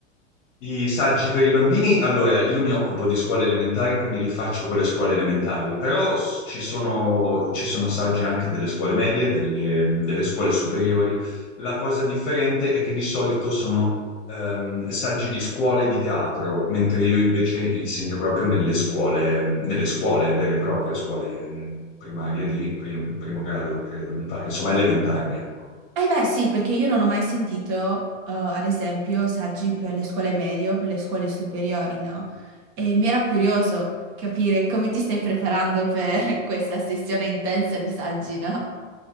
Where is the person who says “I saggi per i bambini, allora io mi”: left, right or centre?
Left